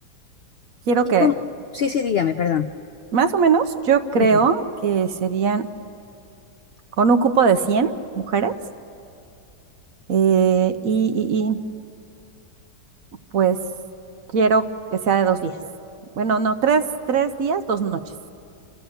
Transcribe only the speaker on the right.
quiero
que,
más o menos, yo creo
que serían con un cupo de cien mujeres eh, y, y- y, pues quiero que sea de dos días. Bueno, no, tres, tres días, dos noches.